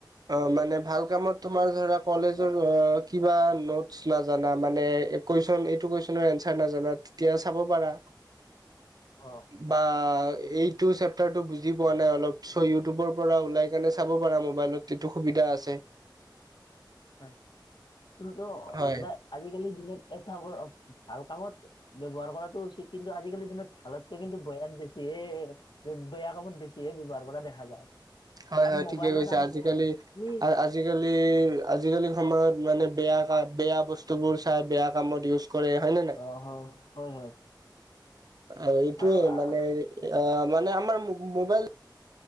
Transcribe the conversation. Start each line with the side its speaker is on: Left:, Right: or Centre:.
Right: অহ, মানে ভাল কামত তোমাৰ ধৰা কলেজৰ কিবা নোটচ নাজানা মানে কুৱেশ্যন এইটো কুৱেশচনৰ এনঞ্চাৰ নাজানা তেতিয়া চাব পাৰা।
Left: অ
Right: বা এইটো চেপটাৰ টো বুজি পোৱা নাই, অলপ চ' ইউটিউবৰ পৰা ওলাই কেনে চাব পাৰা মোবাইলত। এটো সুবিধা আছে।
Left: হয় কিন্তু
Right: হয়
Left: দাদা আজিকালি যোনে এটা ভাল কামত ব্যৱহাৰ কৰাটো উচিত কিন্তু আজিকালিৰ দিনত ভালতকৈ কিন্তু বেয়া বেছি এ বেয়া কামত বেছি ব্যৱহাৰ কৰা দেখা যায়
Right: হয়-
Left: কাৰণ
Right: হয়
Left: মোবাইলত
Right: ঠিকে কৈছা
Left: আমি
Right: আজিকালি
Left: আমি
Right: - আজিকালি আজিকালি সময়ত মানে বেয়া কাম, বেয়া বস্তুবোৰ চাই বেয়া কামত ইউজ কৰে হয় নে নাই
Left: অহ, হয় - হয় -হয়।
Right: অ', এইটোয়ে
Left: আৰু
Right: মানে অ' মানে আমাৰ মোবাইল